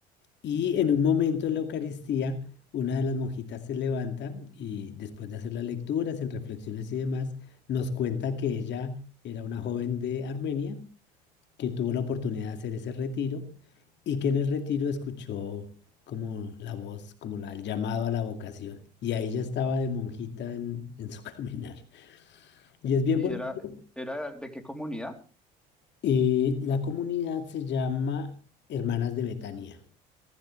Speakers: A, on the left (about 55°); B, in the centre.
A: Y en un momento en la Eucaristía, una de las monjitas se levanta y después de hacer las lecturas, en reflexiones y demás, nos cuenta que ella era una joven de Armenia que tuvo la oportunidad de hacer ese retiro y que en el retiro escuchó como la voz, como la, el llamado a la vocación. Y ahí ya estaba de monjita en, en su <laughs> caminar. Y es bien
B: ¿Y
A: bonito
B: era, era de qué comunidad?
A: Eh, la comunidad se llama Hermanas de Betania.